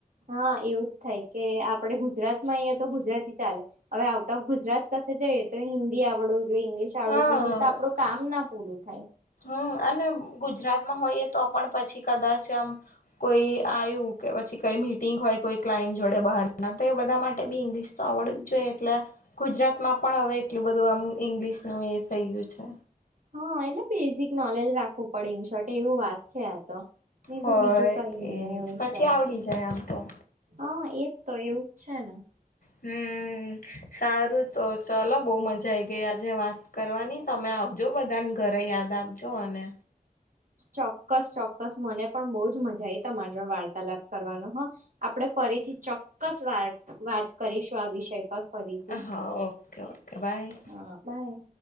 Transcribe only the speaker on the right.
હા એવું જ થાય કે આપડે ગુજરાતમાં આયાતો તો ગુજરાતી ચાલે. હવે આઉટ ઓફ ગુજરાત કસે જઈએ તો હિન્દી આવડવું. જો ઈંગ્લિશ આવડું
જો નહી તો આપડું કામ ના પૂરું થાય.
હા એટલે બેઝિક નોલેજ રાખવું પડે ઇન શોર્ટ એવું વાત છે આ તો. નહી
તો બીજું કઈ નહી
એવું
છે.
હ એજ તો એવું જ છે ને.
ચોક્કસ ચોક્કસ મને પણ બહજ મજા આઈ તમારા જો વાર્તાલાપ કરવાનો હ. આપણે ફરીથી ચોક્કસ વા વાત કરીશું આ વિષય પર ફરીથી.
હા. બાય.